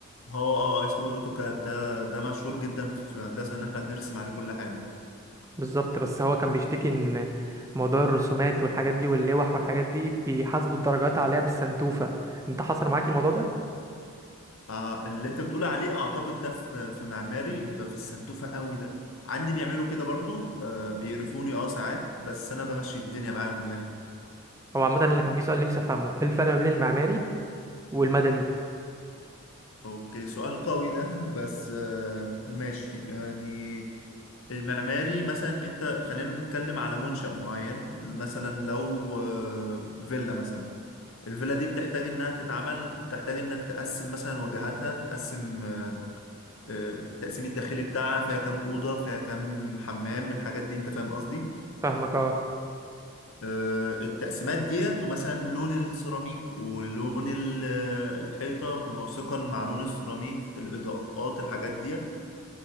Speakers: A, on the left; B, on the right.
A: هو اه اسمه أوتوكاد ده ده مشهور جدا في هندسة إن احنا بنرسم عليه كل حاجة
B: بالظبط بس هو كان بيشتكي ان موضوع الرسومات والحاجات دي واللوح والحاجات دي بيحاسبوا الدرجات عليها بالسنتوفة انت حصل معاك الموضوع ده
A: آه اللي انت بتقول عليه اعتقد ده في في معماري بيبقى في السنتوفة قوي ده عندي بيعملوا كده برضو آه بيقرفوني اه ساعات بس انا بمشي الدنيا معاهم يعني
B: هو عامة انا كان في سؤال نفسي افهمه ايه الفرق ما بين المعماري والمدني
A: اوكي سؤال قوي ده بس آه ماشي يعني المعماري مثلا انت خلينا نتكلم على منشأ معين مثلا لو آه، فيلا مثلا الفيلا دي بتحتاج انها تتعمل بتحتاج انك تقسم مثلا واجهاتها تقسم آه، آه، التقسيم الداخلي بتاعها فيها كام اوضه فيها كام حمام الحاجات دي انت فاهم قصدي
B: فاهمك اه
A: آه، التقسيمات ديت ومثلا لون السيراميك ولون ال- الحيطه مناسقا مع لون السيراميك الاضاءات الحاجات ديت